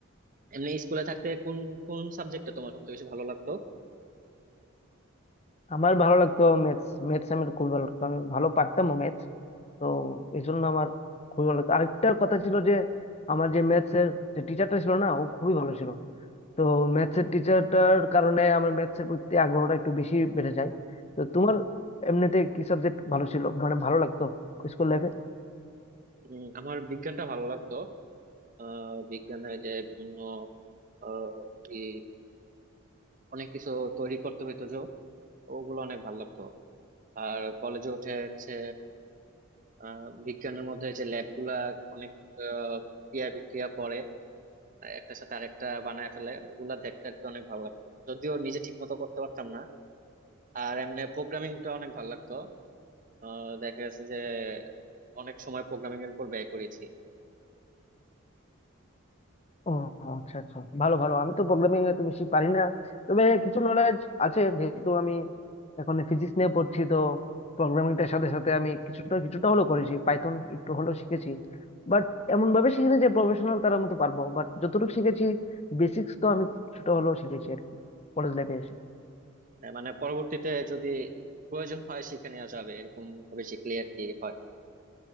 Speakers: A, on the right; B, on the left.
A: এমনি স্কুলে থাকতে কোন কোন সাবজেক্টটা তোমার সবচেয়ে বেশি ভালো লাগতো
B: আমার ভালো লাগতো ম্যাথস ম্যাথস আমার খুব ভালো লাগতো আমি ভালো পারতাম ম্যাথস তো এই জন্য আমার খুবই ভালো লাগতো আরেকটা কথা ছিল যে আমার যে ম্যাথস এর যে টিচারটা ছিল না ও খুবই ভালো ছিল তো ম্যাথস এর টিচারটার কারণে আমার ম্যাথস এর প্রতি আগ্রহটা একটু বেশি বেড়ে যায় তো তোমার এমনিতে কি সাবজেক্ট ভালো ছিল মানে ভালো লাগতো স্কুল লাইফে
A: উম, আমার বিজ্ঞানটা ভালো লাগতো আহ বিজ্ঞানের যে বিভিন্ন আহ ই অনেক কিছু তৈরি করতে হইতো যে ওগুলো অনেক ভালো লাগতো আর কলেজে উঠে হচ্ছে আহ বিজ্ঞানের মধ্যে যে ল্যাব গুলা অনেক আহ, ক্রিয়া বিক্রিয়া পরে একটার সাথে আরেকটা বানায় ফেলে ওগুলা দেখতে আর কি অনেক ভালো লাগতো যদিও নিজে ঠিক মতো করতে পারতাম না আর এমনি প্রোগ্রামিংটা অনেক ভালো লাগতো আহ দেখা গেছে যে অনেক সময় প্রোগ্রামিং এর উপর ব্যয় করেছি
B: ও আচ্ছা আচ্ছা ভালো ভালো আমি তো প্রোগ্রামিং এত বেশি পারি না তবে কিছু নলেজ আছে যেহেতু আমি এখন ফিজিক্স নিয়ে পড়ছি তো প্রোগ্রামিংটার সাথে সাথে আমি কিছুটা কিছুটা হলেও করেছি পাইথন একটু হলেও শিখেছি বাট এমন ভাবে শিখিনি যে প্রফেশনাল তার মতো পারবো বাট যতটুকু শিখেছি বেসিক্স তো আমি কিছুটা হলেও শিখেছি আর কি কলেজ লাইফে এসে
A: আহ, মানে পরবর্তীতে যদি প্রয়োজন হয় শিখে নেওয়া যাবে এরকম ভাবে শিখলে আর কি হয়